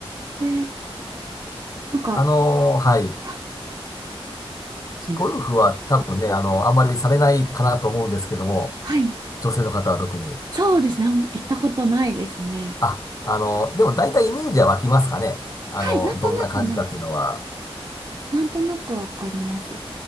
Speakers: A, on the right (about 45°); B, on the left (about 35°).
A: え、なんか、
B: あのーはい。
A: はい、すいません。
B: ゴルフは多分ね、あの、あんまりされないかなと思うんですけども、
A: はい。
B: 女性の方は特に。
A: そうですね。あんま行ったことないですね。
B: あ、あの、でも大体イメージは湧きますかね。あの、
A: はい。なんとなく、
B: どんな感じかっていうのは。
A: なんか、なんとなくわかります。